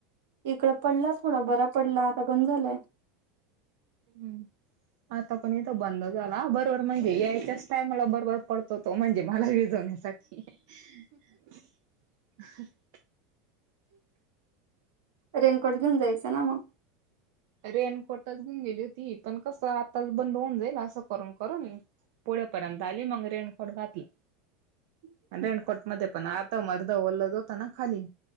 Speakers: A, on the right; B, on the right.
A: इकड पडला थोडा बरा पडला आता बंद झालाय
B: हम्म आता पण इथं बंद झाला बरोबर म्हणजे यायच्याच टायमला बरोबर पडतो तो म्हणजे मला विझवण्यासाठी ते
A: रेनकोट घेऊन जायचं ना मग
B: रेनकोटच घेऊन गेली होती पण कसं आताच बंद होऊन जाईल असं करून करून पुोळेपर्यंत आली मग रेनकोट घातलं
A: म्
B: अंद्रेण कोट मधप न मारताव मरदव्हल्लदव तना खाली